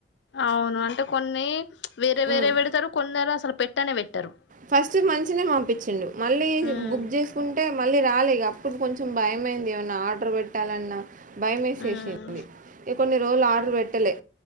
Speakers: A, on the left; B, on the right.
A: అవును అంటే కొన్ని ప్చ్ వేరే వేరే
B: ఉమ్.
A: వెడ్తరు కొందరసలు పెట్టనే వెట్టారు
B: ఫస్ట్ ద్ మంచినే పంపించిండు మళ్ళీ
A: ఉమ్
B: బుక్ చేసుకుంటే మళ్ళీ రాలే ఇగ ఇప్పుడు కొంచెం భయమైంది ఏమన్నా ఆడ్ ఆర్డర్ వెట్టాలన్న భయమేసేశిసింది
A: ఉమ్
B: ఇగ్ కొన్ని రోజులు ఆర్డర్ వెట్టలే